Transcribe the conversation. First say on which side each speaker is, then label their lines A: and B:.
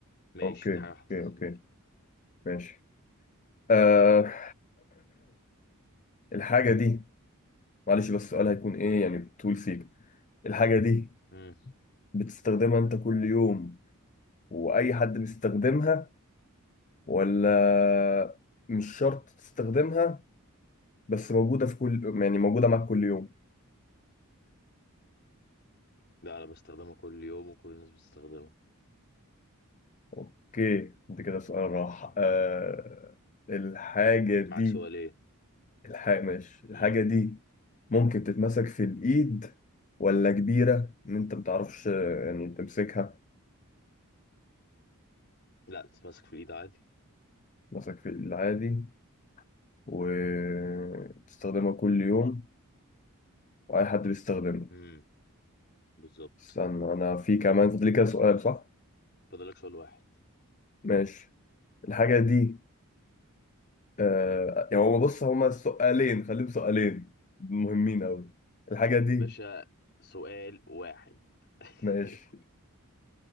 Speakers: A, on the left; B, on the left.
A: ماشي
B: اوكي
A: في حاجه
B: اوكي
A: حطيتها في
B: اوكي
A: دماغي
B: ماشي آه... <clears throat> الحاجه دي معلش بس السؤال هيكون ايه يعني طول سيك الحاجه دي
A: امم
B: بتستخدمها انت كل يوم واي حد بيستخدمها ولا مش شرط تستخدمها بس موجوده في كل يعني موجوده معاك كل يوم
A: لا انا بستخدمها كل يوم وكل الناس بتستخدمها
B: اوكي انت كده سؤال راح آه... الحاجه دي
A: معاك سؤال ايه
B: الحاجة ماشي الحاجة
A: امم
B: دي ممكن تتمسك في الإيد ولا كبيرة إن أنت متعرفش يعني تمسكها
A: لا تتمسك في الايد عادي
B: تمسك في العادي وتستخدمها كل يوم وأي حد بيستخدمها
A: امم بالظبط
B: استنى أنا في كمان فاضل لي كده سؤال صح؟
A: فاضلك سؤال واحد
B: ماشي الحاجة دي آه يعني هو بص هما سؤالين خليهم سؤالين مهمين أوي الحاجة دي
A: يا باشا سؤال واحد <laughs>
B: ماشي